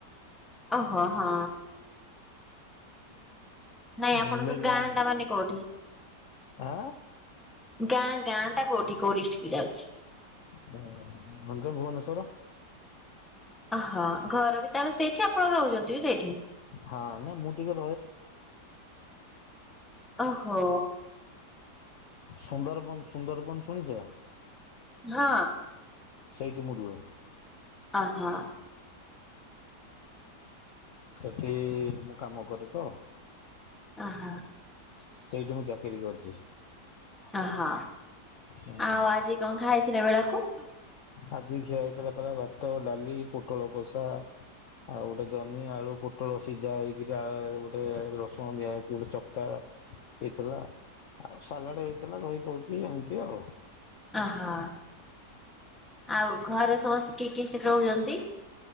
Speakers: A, in the centre; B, on the left (about 65°).
A: ଓହୋ ହଁ। ନାଇଁ ଆପଣଙ୍କ
B: ବୁଲିଲେ ଯାହା
A: ଗାଁ ଟା ମାନେ କୋଉଠି?
B: ଆଁ
A: ଗାଁ ଗାଁ ଟା କଉଠି କୋଉ ଡିଷ୍ଟିକ ଯାଉଛି?
B: <inaudible> ମଞ୍ଚ ଭୁବନେଶ୍ୱର।
A: ହଁ ଘର ବି ତାର ସେଇଠି ଆପଣ ରହୁଛନ୍ତି ବି ସେଇଠି?
B: ହଁ ନା ମୁଁ ଟିକେ
A: ଓ ହୋ।
B: ସୁନ୍ଦରବନ ସୁନ୍ଦରବନ ଶୁଣିଛ?
A: ହଁ।
B: ସେଇଠି ମୁଁ ରୁହେ।
A: ଅ ହୋ।
B: ସେଠି ମୁଁ କାମକରେ ତ।
A: ଓ ହୋ।
B: ସେଇଠି ମୁଁ ଚାକିରି କରିଚି।
A: ଓ ହଁ
B: ହୁଁ
A: ଆଉ ଆଜି କଣ ଖାଇଥିଲେ? <unintelligible>
B: ଆଜି ଖିଆ ହେଇଥିଲା ପରା ଭାତ, ଡାଲି, ପୋଟଳ କଷା ଆଉ ଗୋଟେ ଜହ୍ନି ଆଳୁ ପୋଟଳ ସିଝା ହେଇକିରି ଆ ଗୋଟେ ରସୁଣ ଦିଆ ହେଇକି ଗୋଟେ ଚକଟା। ହେଇଥିଲା ଆଉ ସାଲାଡ ହେଇଥିଲା ଦହି ପକେଇ ଏମିତି ଆଉ।
A: ଆହା ଆଉ ଘରେ ସମସ୍ତେ କିଏ କିଏ ସେଠି ରହୁଛନ୍ତି?